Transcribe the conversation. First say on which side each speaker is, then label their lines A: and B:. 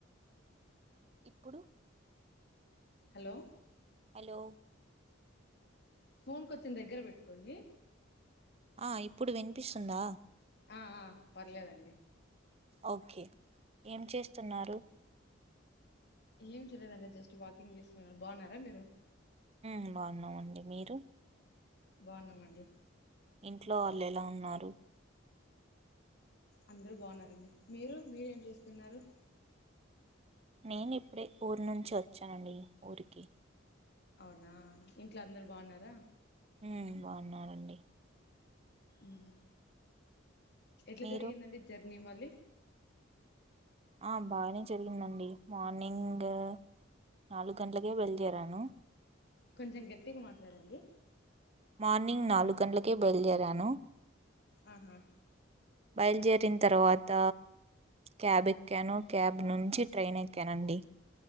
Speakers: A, on the right; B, on the left.
A: ఇప్పుడు
B: హలో
A: హలో
B: ఫోన్ కొంచం దగ్గర పెట్టుకోండి
A: ఆ ఇప్పుడు వినిపిస్సుందా
B: ఆ ఆ పర్లేదండి
A: ఓకే ఏం చేస్తున్నారు.
B: ఏం చేయలేదండి జస్ట్ వాకింగ్ చేస్తున్న బాగున్నారా మీరు
A: మ్ బాగున్నామండి మీరు
B: బాగున్నామండి.
A: ఇంట్లో వాళ్ళు ఎలా ఉన్నారు.
B: అందరు బాగున్నారండి మీరు మీరేం చేస్తున్నారు.
A: నేనిప్డే ఊర్ నుంచి వచ్చానండి ఊరికి
B: అవునా ఇంట్లో అందరు బాగున్నారా?
A: మ్ బాగున్నారండి
B: మ్ హ్ ఎట్ల
A: మీరు
B: జరిగిందండి జర్ నెమలి
A: ఆ బానే జరిగిందండి మార్నింగ్ నాలుగు గంటలకె బయల్దేరాను
B: కొంచెం గట్టిగా మాట్లాడండి
A: మార్నింగ్ నాలుగు గంటలకే బయల్దేరాను.
B: ఆహా
A: బయల్దేరిన తర్వాత క్యాబ్ ఎక్కాను క్యాబ్ నుంచి ట్రైన్ ఎక్కానండి